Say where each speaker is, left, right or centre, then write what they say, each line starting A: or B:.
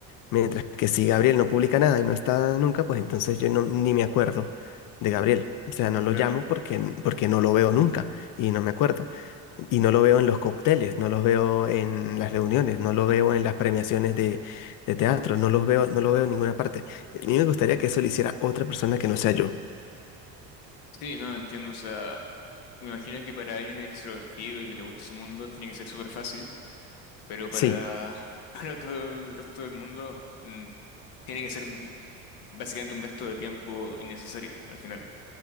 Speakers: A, on the left; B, on the left.
A: Mientras que si Gabriel no publica nada y no está nunca, pues entonces yo no, ni me acuerdo de Gabriel. O sea, no lo
B: Claro.
A: llamo porque, porque no lo veo nunca y no me acuerdo. Y no lo veo en los cócteles, no lo veo en las reuniones, no lo veo en las premiaciones de, de teatro, no los veo, no lo veo en ninguna parte. A mí me gustaría que eso lo hiciera otra persona que no sea yo.
B: Sí, no, entiendo. O sea, me imagino que para alguien extrovertido y que le guste ese mundo tiene que ser súper fácil, pero para,
A: Sí,
B: <laughs> para todo el resto del mundo mm, tiene que ser un- básicamente un gasto de tiempo innecesario al final.